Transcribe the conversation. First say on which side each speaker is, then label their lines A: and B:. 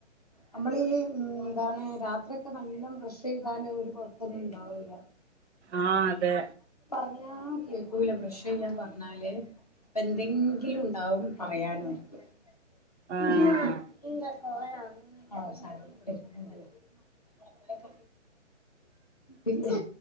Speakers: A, on the left; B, on the right.
A: നമ്മളീഈ എന്താണ് രാത്രിഒക്കെ നല്ലം ബ്രഷ് ചെയ്താല് ഒരു പൊത്തൊന്നും ണ്ടാവൂല
B: ആഹ അതെ
A: പറഞ്ഞാ കേക്കൂല ബ്രഷ് ചെയ്യാൻ പറഞ്ഞാല് അപ്പൊ എന്തെങ്കിലും ണ്ടാവും. പറയാനായിട്ട്.
B: ആഹ്
A: ഇമ്മാ ഇങ്ക ഓ ആസറും ഇവിടണ്ടല്ലോവിടെ പോയക്കെ. പിന്നെ